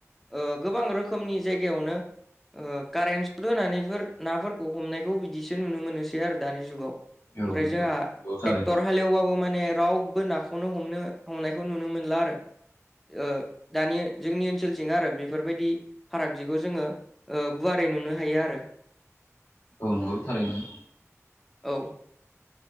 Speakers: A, in the centre; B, on the left.
A: ओ गोबां रोखोमनि जायगायावनो ओ कारेन्ट सट होनानैफोर नाफोरखौ हमनायखौ बिदिसो नुनो मोनोसै आरो दानि जुगाव। ओमफ्राय
B: औ नंगौ
A: जोंहा
B: नंगौ
A: ट्रेक्टर
B: थारैनो
A: हालेवबाबो माने रावबो ना खौनो हमनो हमनायखौ नुनो मोनला आरो ओ दानि जोंनि ओनसोलथिं आरो बेफोरबायदि फारागथिखौ जोङो गुवारै नुनो हायो आरो।
B: औ नंगौ थारैनो
A: औ